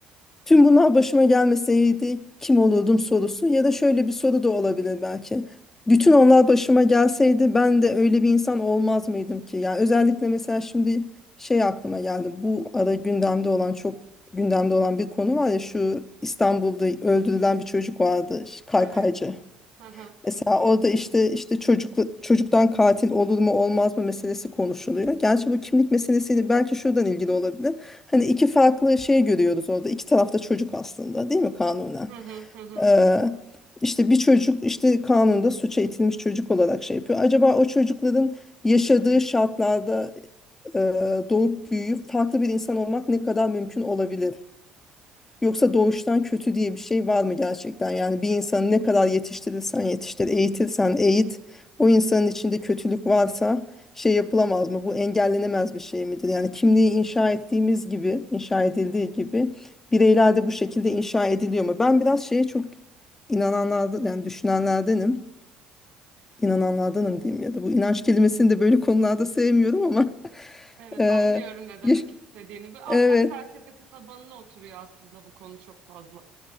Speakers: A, on the left; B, on the right.
A: Tüm bunlar başıma gelmeseydi kim olurdum sorusu ya da şöyle bir soru da olabilir belki. Bütün onlar başıma gelseydi ben de öyle bir insan olmaz mıydım ki? Yani özellikle mesela şimdi şey aklıma geldi. Bu ara gündemde olan çok gündemde olan bir konu var ya şu İstanbul'da öldürülen bir çocuk vardı kaykaycı.
B: Evet. Hı hı.
A: Mesela orada işte işte çocuklu, çocuktan katil olur mu olmaz mı meselesi konuşuluyor. Gerçi bu kimlik meselesiyle belki şuradan ilgili olabilir. Hani iki farklı şey görüyoruz orada. İki tarafta çocuk aslında değil mi kanunen?
B: Hı hı hı hı.
A: Ee, işte bir çocuk işte kanunda suça itilmiş çocuk olarak şey yapıyor. Acaba o çocukların yaşadığı şartlarda e, doğup büyüyüp farklı bir insan olmak ne kadar mümkün olabilir? Yoksa doğuştan kötü diye bir şey var mı gerçekten? Yani bir insanı ne kadar yetiştirirsen yetiştir, eğitirsen eğit, o insanın içinde kötülük varsa şey yapılamaz mı? Bu engellenemez bir şey midir? Yani kimliği inşa ettiğimiz gibi, inşa edildiği gibi bireyler de bu şekilde inşa ediliyor mu? Ben biraz şeye çok inananlardan, yani düşünenlerdenim. İnananlardanım diyeyim ya da bu inanç kelimesini de böyle konularda sevmiyorum ama <laughs>
B: Evet,
A: eee,
B: anlıyorum ne demek
A: yaş-
B: istediğini. Bir
A: evet,
B: ahlak felsefesi tabanına oturuyor aslında bu konu çok fazla.